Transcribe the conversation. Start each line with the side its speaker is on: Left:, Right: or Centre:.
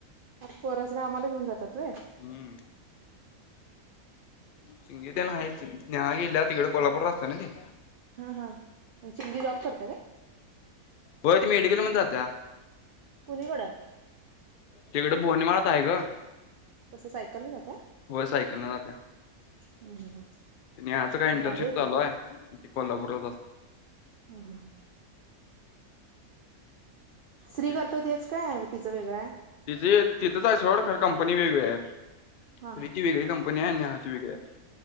Right: ती पोर आम्हाला घेऊन जातात व
Left: हम्म. त तर आहेच नेहा गेल्या तिकडे कोल्हापूर राहत्या ना ते?
Right: हा हा, चांगली जॉब करते काय?
Left: वय ती मेडिकल मध्ये जात्या
Right: कुणीकडं
Left: तिकड बोडे माडात आहे ग.
Right: कसं सायकलनं जात्या?
Left: हो सायकल न जात्या.
Right: हम्म हम्म
Left: नेहाचं काय
Right: हम्म
Left: इंटर्नशिप
Right: भारी की
Left: चालू आहे, ती कोल्हापूरलाच असते.
Right: हम हम
Left: असते
Right: श्री करतो तेच काय, तिचं वेगळं आहे.
Left: तिचे तिथंच आहे सोड खर कंपनी वेगळी आहे श्री
Right: हा हा
Left: ची वेगळी कंपनी आहे आणिे हाची वेगळी आहे.